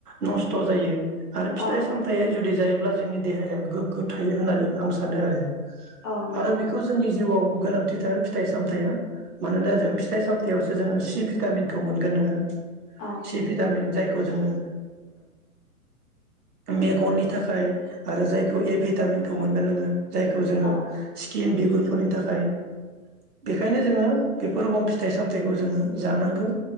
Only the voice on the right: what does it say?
नस्थ' जायो। आरो
फिथाइ -सामथाइ जुद दि जायोब्ला जोंनि देहाया गोग्गो थायो होननानै आं सानो आरो
आरो बेखौ जोंनि जिउआव गोनांथिथार फिथाइ सामथाइया मानोना जों फिथाइ सामथाइयावसो जोंङो सि भिटामिनखौ मोनगोन नोंङो
सि भिटामिन जाय। खौ जोंओ मेगननि थाखाय आरो जायखौ ए भिटामिनखौ मोनगोन नोंओ। जायखौ जोंओ।
सिखिन बिगुरफोरनि थाखाय। बेखायनो जोंओ बेफोर रोखोम फिथाइ सामथाइखौ जोंओ जानांगौ।